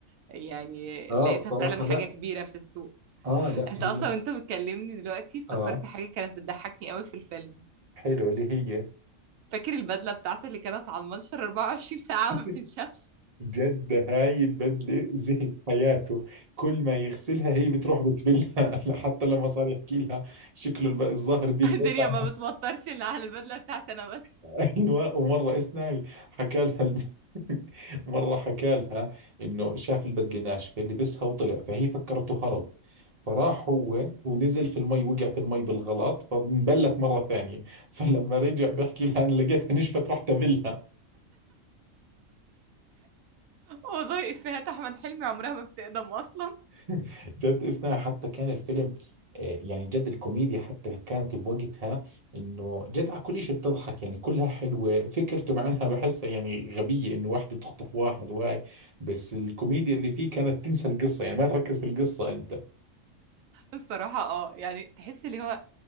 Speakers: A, on the right (about 85°); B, on the right (about 35°).
A: يعني
B: اه
A: لقيتها
B: بصراحة
A: فعلا حاجة
B: لا
A: كبيرة في السوق
B: اه لا
A: انت
B: هي
A: اصلا انت بتكلمني دلوقتي افتكرت
B: اه
A: حاجة كانت بتضحكني قوي في الفيلم
B: حلو اللي هي
A: فاكر البدلة بتاعته اللي كانت على المنشر 24 ساعة
B: <laughs>
A: وما بتنشفش
B: جد هاي البدلة زهق حياته كل ما يغسلها هي بتروح بتبلها <laughs> حتى لما صار يحكي لها شكله الب- الظهر دي
A: <laughs>
B: البدلة
A: الدنيا ما بتمطرش الا على البدلة بتاعتي انا بس
B: ايوه ومره اسمعي حكى لها الب... <laughs> مره حكى لها انه شاف البدله ناشفه لبسها وطلع فهي فكرته هرب فراح هو ونزل في المي وقع في المي بالغلط فانبلت مره ثانيه <laughs> فلما رجع بحكي لها انا لقيتها نشفت رحت ابلها
A: والله افيهات احمد حلمي عمرها ما بتقدم اصلا
B: <laughs> جد إثناء حتى كان الفيلم آه، يعني جد الكوميديا حتى كانت بوقتها انه جد على كل شيء بتضحك يعني كلها حلوه فكرته مع انها بحسها يعني غبيه انه واحده تخطف واحد وهاي بس الكوميديا اللي فيه كانت تنسى القصه يعني ما تركز في القصه انت
A: الصراحة اه يعني تحس اللي هو